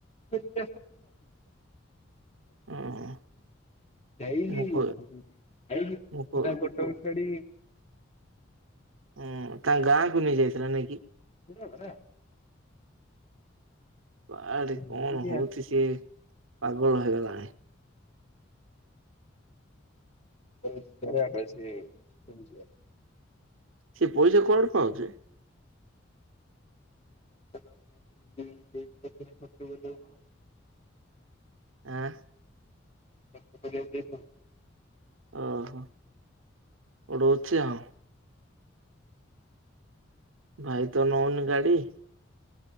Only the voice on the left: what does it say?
ତାକୁ <inaudible>
ଯାଇକି,
<inaudible> ଯାଇକି
<inaudible> କଟକ ଛାଡି
<inaudible>
ନେଇକି
<inaudible> ଘର ଆଡ୍ରେସେ କେମିତି ଯିବା?
<inaudible>
<inaudible>